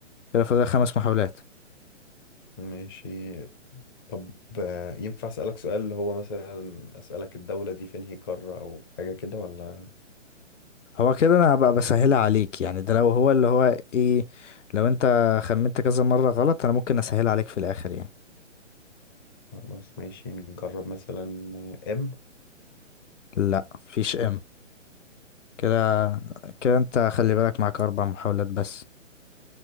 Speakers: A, on the left (about 70°); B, on the left (about 20°).
A: كده فاضل خمس محاولات
B: ماشي طب آه، ينفع أسألك سؤال اللي هو مثلا أسألك الدولة دي فين هي قارة أو حاجة كده ولا
A: هو كده انا هبقى بسهلها عليك يعني ده لو هو اللي هو ايه لو انت خمنت كذا مرة غلط انا ممكن اسهلها عليك في الاخر يعني
B: خلاص ماشي نجرب مثلا إم
A: لا مفيش ام كده كده انت خلي بالك معاك اربع محاولات بس